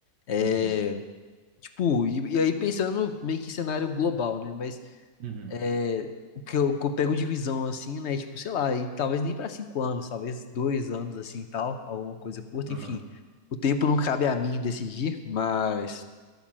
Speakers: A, on the left; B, on the right.
A: É.
B: Uhum.
A: Tipo, e, e aí pensando meio que em cenário global, né? Mas
B: Uhum.
A: é, o que eu, o que eu pego de visão, assim, né? Tipo, sei lá, e talvez nem pra cinco anos, talvez dois anos, assim, e tal, alguma coisa curta,
B: Aham.
A: enfim. O tempo não cabe a mim decidir, mas